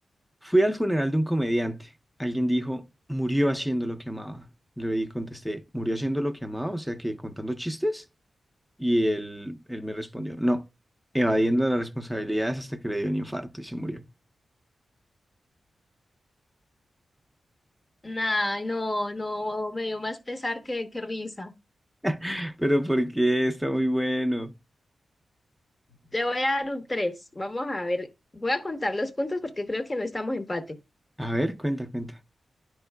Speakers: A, in the centre; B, on the left (about 25°).
A: Fui al funeral de un comediante. Alguien dijo, murió haciendo lo que amaba. Le di- contesté, ¿murió haciendo lo que amaba? O sea que contando chistes. Y él, él me respondió, no, evadiendo las responsabilidades hasta que le dio un infarto y se murió.
B: Nah, no, no, me dio más pesar que, que risa.
A: <laughs> Pero ¿por qué? Está muy bueno.
B: Te voy a dar un 3. Vamos a ver. Voy a contar los puntos porque creo que no estamos empate.
A: A ver, cuenta, cuenta.